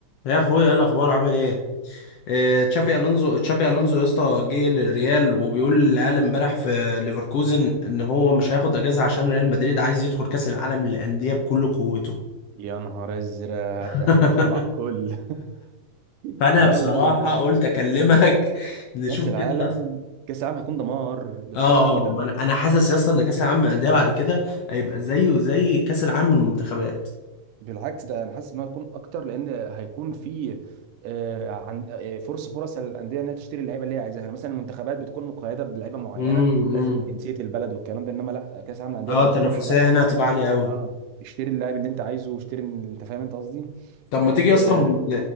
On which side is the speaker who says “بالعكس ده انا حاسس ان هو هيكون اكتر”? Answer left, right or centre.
Right